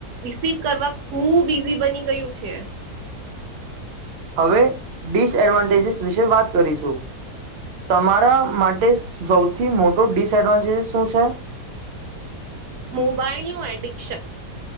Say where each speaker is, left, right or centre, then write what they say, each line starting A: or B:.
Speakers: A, on the right; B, on the right.
A: રિસીવ કરવા ખૂબ ઈઝી બની ગયું છે
B: હવે ડિસએડવાન્ટેજસ વિશે વાત કરીશું તમારા માટે સૌથી મોટો ડિસએડવાન્ટેજસ શું છે <inaudible>
A: મોબાઈલનુંું એડિક્શન